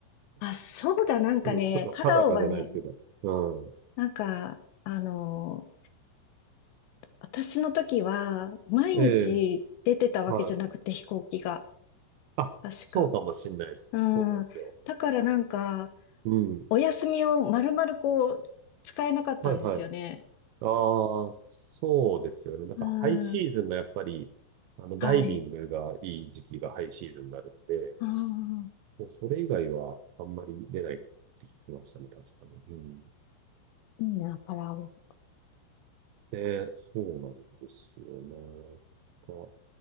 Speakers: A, on the left; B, on the right.
A: あ、そうだ、なんかね、
B: ょっと、ちょっと定かじゃないですけど。
A: パラオはね、
B: うん。
A: なんか、あの私の時は、毎日出てたわけじゃなくて、
B: ええ、はい。
A: 飛行機が。
B: あ、
A: 確か。
B: そうかもしんないです。
A: うん。
B: そうなんですよ。
A: だからなんか、
B: うん。
A: お休みを丸々こう、使えなかったんですよね。
B: はいはい。ああ、そうですよね。なんかハイシーズンがやっぱり、
A: うん。
B: あの、
A: はい。
B: ダイビングがいい時期がハイシーズンになるんで、
A: ああ、
B: そうそれ以外はあんまり出ないって聞きましたね、確かに。うん。
A: いいな、パラオ。
B: で、そうなんですよね。まあ、